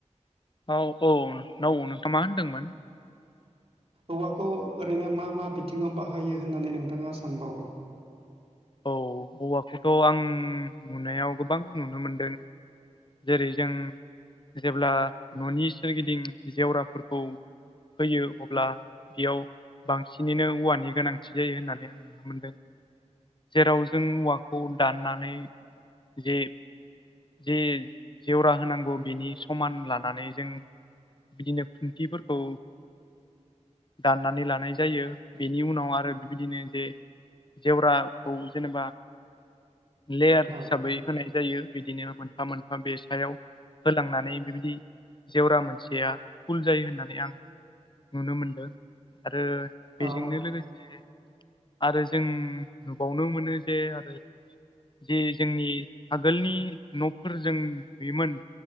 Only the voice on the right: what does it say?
औवाखौ ओरैनो मा मा बिथिङाव बाहायो होननानै नोंथाङा सानबावो?
औ
औ